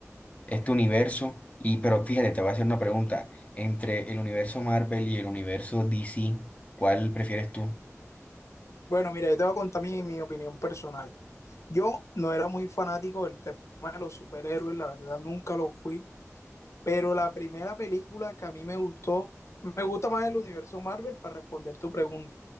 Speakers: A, on the left (about 25°); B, on the left (about 65°).
A: este universo. Y, pero fíjate, te voy a hacer una pregunta. Entre el universo Marvel y el universo DC, ¿cuál prefieres tú?
B: Bueno, mira, yo te voy a contar mi, mi opinión personal. Yo no era muy fanático del tema de los superhéroes, la verdad nunca lo fui. Pero la primera película que a mí me gustó, me gusta más el universo Marvel para responder tu pregunta.